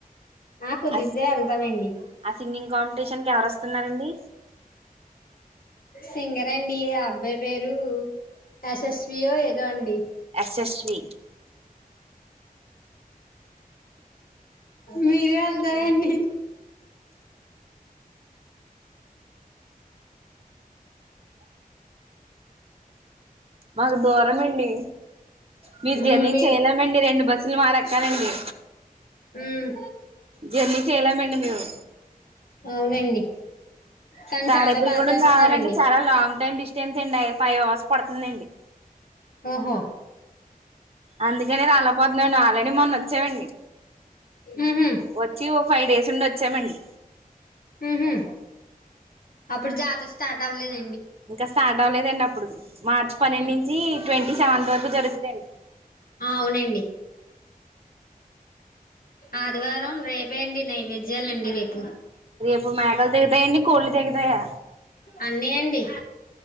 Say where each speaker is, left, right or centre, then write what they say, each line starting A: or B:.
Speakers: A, on the left; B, on the right.
A: ఆ కుదిరితే
B: అస్
A: వెళ్తామండి
B: సింగింగ్ కంపిటిషన్ ఎవరు వస్తున్నారండి
A: సింగర్ అండి ఆ అబ్బాయి పేరు ఎశస్వియో ఏదో అండి
B: ఎస్ ఎస్ స్వి
A: మీరే సరే అండి
B: మాకు దూరం అండి మీ
A: మ్మ్
B: జర్నీ
A: మీరు
B: చేయలేమండి రెండు బస్ కదండీ
A: మ్మ్
B: జర్నీ చేయలేమండి మేము
A: అవునండి కానీ
B: తాడేపల్లిగూడెం
A: చాలా బాగా చేస్తున్నారండి
B: రావాలంటే చాలా లాంగ్ టైమ్ డిస్ట్ స్టెన్స్ అండి ఫైవ్ అవర్స్ పడుతుందండి
A: ఓహో
B: అందుకనే రాలేపోతున్నాండి ఆల్రెడీ మొన్న వచ్చానండి
A: మ్మ్ హ్మ్
B: వచ్చి ఓ ఫైవ్ డేస్ ఉండి వచ్చామండి
A: మ్మ్ హ్మ్మ్ అప్పుడు జాతర స్టార్ట్ అవ్వలేద్
B: ఇంకా స్టార్ట్ అవ్వలేదండి అప్పుడు మార్చి పన్నెండు
A: మ్మ్
B: నుంచి ట్వంటీ సెవెంత్ వరకు జరుగుతుందండి
A: ఆ అవునండి ఆదివారం రేపే అండి నైవేద్యాాలండి రేపు
B: రేపు మేకలు తెగుతాయా అండి కోళ్లు తెగుతాయా?
A: అన్నీ అండి